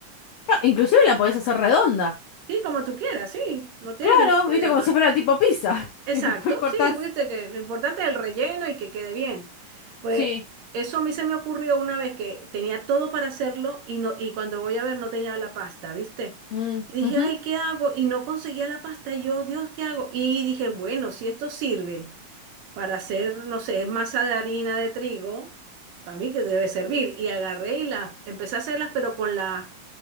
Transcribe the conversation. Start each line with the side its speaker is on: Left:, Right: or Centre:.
Left: Claro, inclusive la podés hacer redonda.
Right: Sí, como tú quieras, sí, no tienes
Left: Claro,
Right: ningún problema.
Left: viste, como si fuera tipo pizza. <laughs>
Right: Exacto,
Left: Y después cortás.
Right: sí, viste que lo importante es el relleno y que quede bien. Pues
Left: Sí.
Right: eso a mí se me ocurrió una vez que tenía todo para hacerlo y no y cuando voy a ver no tenía la pasta, ¿viste?
Left: Mm,
Right: Y dije,
Left: ujú.
Right: "Ay, ¿qué hago?" Y no conseguía la pasta. Y yo, "Dios, ¿qué hago?" Y dije, "Bueno, si esto sirve para hacer, no sé, masa de harina de trigo, a mí que debe servir." Y agarré y las empecé a hacerlas, pero con la